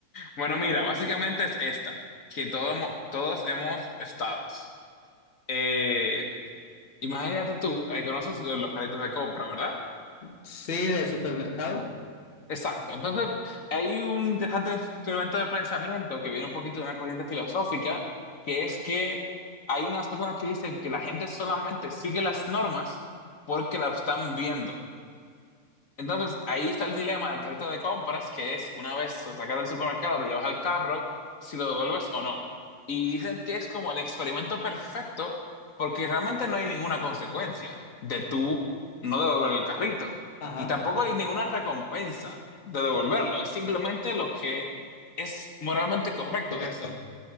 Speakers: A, on the left; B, on the left.
A: Bueno, mira, básicamente es esta, que todos, hemos- todos hemos estado. Eh, Imagínate tú, eh, conoces los localitos de compra, ¿verdad?
B: Sí, de supermercado.
A: Exacto. Entonces, hay un interesante experimento de pensamiento que viene un poquito de una corriente filosófica, que es que hay unas personas que dicen que la gente solamente sigue las normas porque las están viendo. Entonces, ahí está el dilema del carrito de compras, que es una vez lo sacas del supermercado, lo llevas al carro, si lo devuelves o no. Y dicen que es como el experimento perfecto, porque realmente no hay ninguna consecuencia de tú no devolver el carrito.
B: Ajá,
A: Y tampoco hay ninguna recompensa de devolverlo. Es simplemente lo que es moralmente correcto
B: correcto.
A: de hacer.